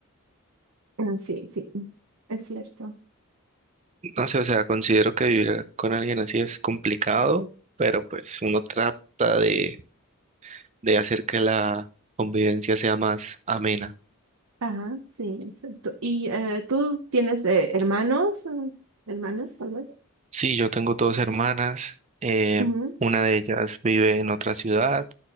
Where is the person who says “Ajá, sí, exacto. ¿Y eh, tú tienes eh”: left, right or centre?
Right